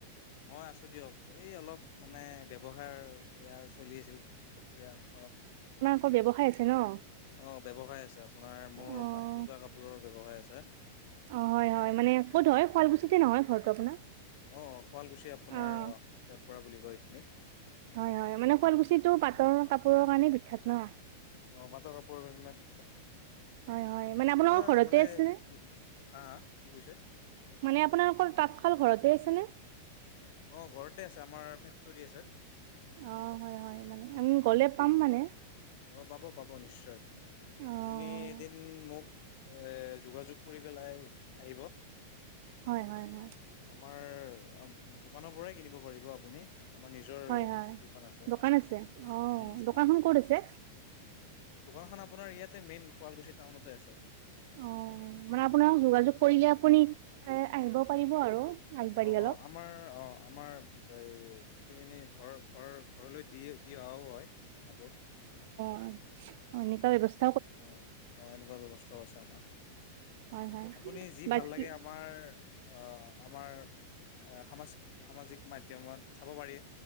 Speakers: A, on the left; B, on the right.
A: মই আছো দিয়ক এই অলপ মানে ব্যৱসায় এয়া চলি আছিল। প্ৰক্ৰিয়াকৰণ।
B: তোৰ ব্যৱসায় আছে ন।
A: অ ব্যৱসায় আছে আপোনাৰ মোৰ
B: অ',
A: পাট মুগা কাপোৰৰ ব্যৱসায় আছে।
B: অ হয়, হয় মানে ক'ত হয় শুৱালকুছিতে নহয় ঘৰটো আপোনাৰ।
A: অ, অ, শুৱালকুছি আপোনাৰ
B: অ',
A: কেয়ট পৰা বুলি কয় এইখিনি।
B: হয় হয় মানে শুৱালকুছিটো পাটৰ কাপোৰৰ কাৰণে বিখ্যাত ন?
A: অ বাটৰ কাপোৰ কাৰণে বিখ্যাত
B: হয় হয়, মানে আপোনালোকৰ
A: আপোনাৰ
B: ঘৰতে
A: মানে
B: আছেনে?
A: হা কি কৈছে?
B: মানে আপোনালোকৰ তাঁতশাল ঘৰতে আছে নে?
A: অ' ঘৰতে আছে আমাৰ ফেক্টৰী আছে।
B: অ', হয় হয় মানে আমি গ'লে পাম মানে।
A: অ পাব পাব নিশ্চয়
B: অ',
A: আপুনি এদিন মোক এ, যোগাযোগ কৰি পেলাই আহিব।
B: হয় হয় হয়।
A: আমাৰ দোকানৰ পৰাই কিনিব পাৰিব আপুনি আমাৰ নিজৰ
B: হয় হয়
A: দোকান আছে।
B: অ
A: উম
B: দোকানখন
A: হয়
B: ক'ত আছে
A: দোকানখন আপোনাৰ ইয়াতে মেইন শুৱালকুছি টাউনতে আছে
B: অ', মানে আপোনাৰ যোগাযোগ কৰিলে আপুনি এ, আহিব পাৰিব আৰু। আগবাঢ়ি
A: অ',
B: অলপ
A: অ', আমাৰ অ', আমাৰ বা গোটেইখিনি ঘৰ ঘৰ ঘৰলৈ দি দি অহাও হয় কাপোৰ।
B: হয় হয় এনেকোৱাই ব্যৱস্থা
A: অ অ এনেকুৱা ব্যৱস্থাও আছে আমাৰ
B: হয় হয়
A: আপুনি যি
B: বাকী
A: ভাল লাগে আমাৰ অ', আমাৰ সামাজ সামাজিক মাধ্যমত চাব পাৰি।